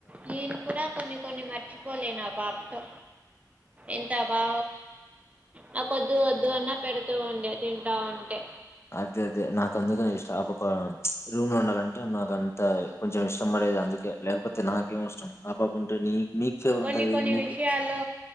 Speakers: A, on the right (about 20°); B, on the left (about 35°).
A: నేను కూడా కొన్ని కొన్ని మర్చిపోలే నా బాబతో ఎంత బా నాకొద్దు వద్దు అన్నా పెడుతూ ఉండే తింటా ఉంటే
B: అదే అదే నాకు అందుకనే ఇష్టం ఆ పాప రూమ్ లో ఉండాలంటే, నాకు అంత కొంచెం ఇష్టం పడేది, అందుకే లేకపోతే నాకేం ఇష్టం ఆ పాప ఉంటే నీ మీకు ఫేవర్
A: కొన్ని
B: ఉంటది
A: కొన్ని
B: మీకు
A: విషయాల్లో